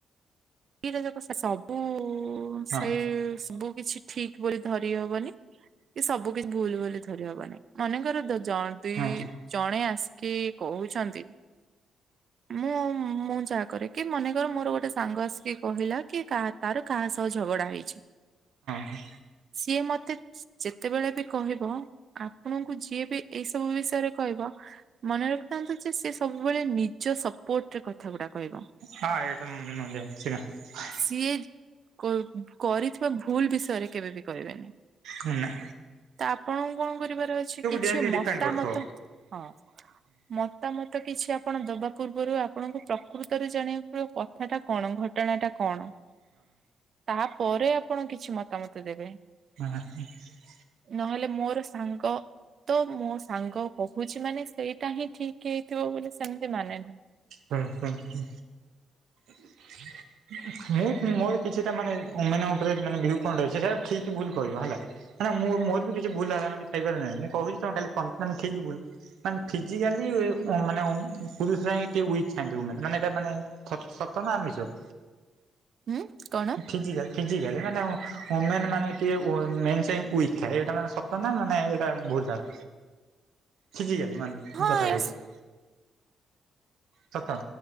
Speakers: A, on the right (about 40°); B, on the right (about 75°).
A: ଦିଟା ଯାକ ତ ସବୁଉ
B: ହଁ
A: ସେଇ ସବୁକିଛି ଠିକ୍ ବୋଲି ଧରି ହବନି। କି ସବୁ କିଛି ଭୁଲ୍ ବୋଲି ଧରି ହବନି। ମନେକର ତ ଜଦି
B: ହଁ
A: ଇ ଜଣେ ଆସି କି କହୁଛନ୍ତି ମୁଁ ମୁଁ ଯାହାକରେ। କି ମନେକର ମୋର ଗୋଟେ ସାଙ୍ଗ ଆସିକି କହିଲା କି କାହା ତାର କାହାସହ ଝଗଡ଼ା ହେଇଛି।
B: ହଁ
A: ସିଏ ମତେ ଯେତେବେଳେ ବି କହିବ ଆପଣଙ୍କୁ ଯିଏବି ଏଇସବୁ ବିଷୟରେ କହିବ। ମନେ ରଖିଥାନ୍ତୁ ଯେ ସେ ସବୁବେଳେ ନିଃ ନିଜ ସପୋର୍ଟ ରେ କଥା ଗୁଡ଼ା କହିବ।
B: ହଁ। <unintelligible>
A: ସିଏ କୋ କରିଥିବା ଭୁଲ ବିଷୟରେ କେବେ ବି କହିବେନି।
B: ଉଁ ନା।
A: ତ ଆପଣଙ୍କୁ କଣ କରିବାର ଅଛି। କିଛି
B: ଯେମିତି
A: ମତାମତ
B: ଡିପେଣ୍ଡ କରୁଥିବ।
A: ହଁ ମ ମତାମତ କିଛି ଆପଣ ଦବା ପୂର୍ବରୁ ଆପଣଙ୍କୁ ପ୍ରକୃତରେ ଜାଣିବାକୁ ମିଳିବ କଥାଟା କଣ ଘ ଟଣା ଟା କଣ, ତାହା ପରେ ଆପଣ କିଛି ମତାମତ ଦେବେ।
B: <unintelligible>
A: ନହେଲେ ମୋର ସାଙ୍ଗ ତ ମୋ ସାଙ୍ଗ କହୁଛି ମାନେ ସେଇଟା ହିଁ ଠିକ୍ ହେଇଥିବ ବୋଲି ସେମିତି ମାନେ ନା
B: ହୁଁ ହୁଁ <inaudible> ମୁଁ ମୋର କିଛିଟା ମାନେ <unintelligible> ଠିକ୍ ଭୁଲ୍ କହିବ ହେଲା। ନା ନା ମୁଁ ମୋର ବି କିଛି ଭୁଲ ଧାରଣା ଥାଇ ପାରେ ନା ମୁଁ କୋହୁଚି ତମେ କନ୍ ଫାନ୍ ଠିକ୍ ଭୁଲ୍ ମାନେ ଫିଜିକାଲିଇ ଓମ୍ ମାନେ ଓମ୍ <unintelligible> ଟିକେ ଉଇକ୍ ଥାଆନ୍ତି ଯଉମାନେ ମାନେ ଏଟା ମାନେ ସତ ନା ଆମିଷ।
A: ହୁଁ କଣ?
B: ଫିଜିକାଲ୍ ଫିଜିକାଲି ମାନେ ଓ ଓମେନ୍ ମାନେ କିଏ ଓଏ ମେନ୍ସ୍ ରେ ଉଇକ୍ ଥାଏ। ଏଟା ମାନେ ସତ ନା ମାନେ ଭୁଲ୍ ଧାର
A: <inaudible>
B: ଫିଜିକାଲି ମାନେ ମୁଁ
A: ହଁ
B: କଥା
A: ୟସ୍
B: କହୁଚି। ସତ।